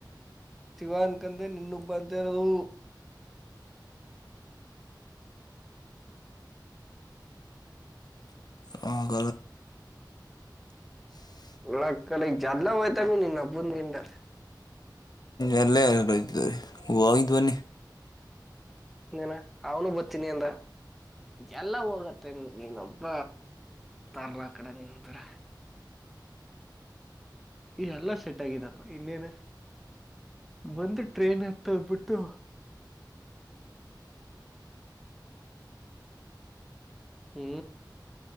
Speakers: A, in the centre; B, on the left.
A: ಶಿವಾನ್ ಕಂದೆ ನಿನ್ನೊಬ್ಬ ಬ ಅಂತ ಇರೋದು
B: ಹಗ <unintelligible>
A: ಲಕ್ಕ ಲೈ ಜ್ಲ ವಯತ ಮನಿ ನಬಂದ ಗಂಟಾರ
B: ಎಲ್ಲೇ ಎಲ್ಲ ಇದತ ರೀ ಹೂೋಗಿದ್ದು ಬನ್ನಿ
A: ನೀನ ಅವನು ಬರ್ತನಿ ಎಂದ ಎಲ್ಲ ಹೋಗತ್ತೆ ನೀನೊಬ್ಬ ತರ ಕಡೆ ನೀನ್ಂತರ ಈ ಎಲ್ಲಾ ಸೆಟ್ ಆಗಿದಪ್ಪ ಇನ್ನೇನ್ ಒಂದು ಟ್ರೈನ್ ಹತ್ತ ಹೋಗ್ಬಿಟ್ಟು ಹ್ಮ